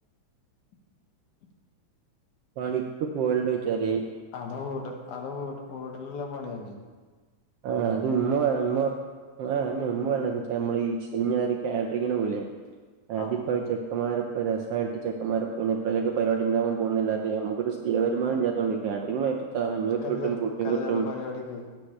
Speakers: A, on the left; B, on the right.
A: <unintelligible>
B: പണിക്ക് പോയലണ്ട വച്ചാല്
A: അത വട് അവിടുള്ള പണി തന്നെ
B: ആഹ അത് ഉമ്മ ഉമ്മ ആഹ് ഉമ്മ നമ്മള ഈ ശനിഞ്ഞഞാ കാറ്ററിങ്ങിന് പോല്ലേ അതിപ്പ
A: ആഹ്
B: ചെക്കന്മാരപ്പ രസമായിട്ട് ചെക്കന്മാര പ്പോലൊക്ക പരിപാടി ഉണ്ടാവാൻ പോകുന്നില്ലതെ നമുക്കൊരു സ്ഥിര വരുമാനമില്ലാത്തതുകൊണ്ടെ കാറ്ററിംഗ് പോയപ്പോ അഞ്ഞൂറ്
A: കല്യാ
B: കിട്ടും ഫുഡും
A: കല്യാണ
B: കിട്ടും
A: പരിപാടിക്ക്